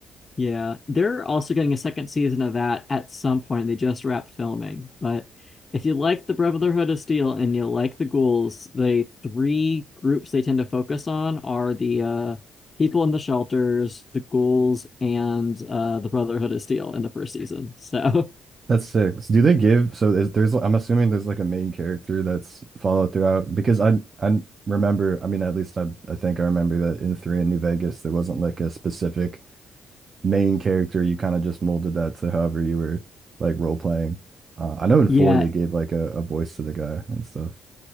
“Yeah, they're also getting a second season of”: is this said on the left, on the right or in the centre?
Left